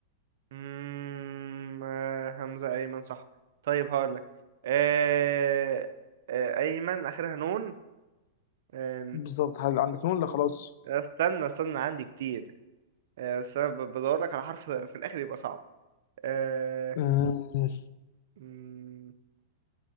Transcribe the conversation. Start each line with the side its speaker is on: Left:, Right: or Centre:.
Right: مم... آه... همزة ايمن صح طيب هقولك آه... آه... ايمن اخرها نون آه...
Left: بالظبط هل عندك نون لا خلاص
Right: استنى استنى عندي كتير آه... بس انا بدورلك على حرف في الاخر يبقى صعب آه...
Left: مم.
Right: مم...